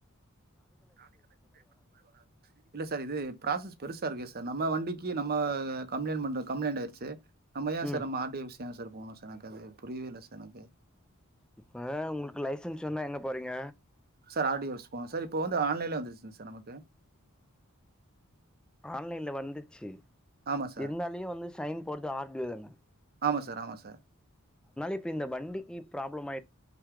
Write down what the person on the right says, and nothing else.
<unintelligible> பே பண்ற மாரி வராது இல்ல சார் இது ப்ராசஸ் பெருசா இருக்கே சார் நம்ம வண்டிக்கு நம்ம கம்ளைண்ட் பண்ற கம்ளைண்ட் ஆயிருச்சு நம்ம ஏ
சார் நம்ம ஆர்டியோ ஆஃபிஸ் ஏ சார் போகணு சார் எனக்கு அது புரியவே இல்ல சார் எனக்கு
சார் ஆர்டியோ ஆஃபிஸ் போணு சார் இப்ப வந்து ஆன்லைன்ல வந்துச்சுங்க சார் நமக்கு
ஆமா சார்
ஆமா சார் ஆமா சார் <inaudible> <inaudible>